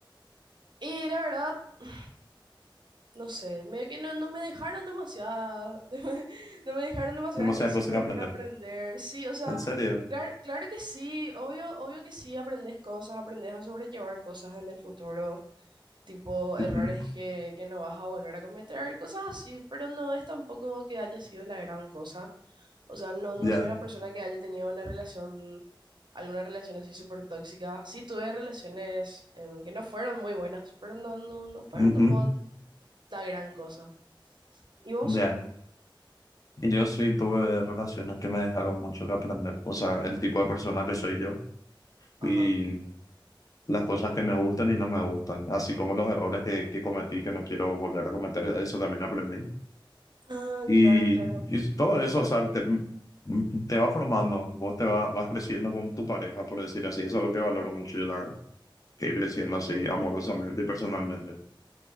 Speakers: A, on the right; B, on the left.
A: Y la verdad, <sighs> no sé, medio que no, no me dejaron demasiadas, <laughs> no me dejaron demasiadas
B: Demasiadas
A: lecciones
B: cosas que aprender.
A: para aprender. Sí, o sea,
B: ¿En serio?
A: claro, claro que sí, obvio, obvio que sí, aprendes cosas, aprendes a sobrellevar cosas en el futuro, tipo
B: Ujú.
A: errores que, que no vas a volver a cometer, cosas así, pero no es tampoco que haya sido la gran cosa. O sea, no,
B: Ya.
A: no soy una persona que haya tenido una relación, alguna relación así súper tóxica. Sí tuve relaciones em, que no fueron muy buenas, pero no, no, no fueron
B: Ujú.
A: tampoco la gran cosa. ¿Y vos?
B: Ya. Y Yo sí tuve relaciones que me dejaron mucho que aprender. O sea, el tipo de persona que soy yo.
A: Ajá.
B: Y las cosas que me gustan y no me gustan, así como los errores que, que cometí, que no quiero volver a cometer, eso también aprendí.
A: Ah,
B: Y,
A: claro, claro.
B: y todo eso, o sea, te, te va formando, vos te va- vas creciendo con tu pareja, por decir así, eso es lo que valoro mucho, yo la- que ir creciendo así
A: Ah,
B: amorosamente y personalmente.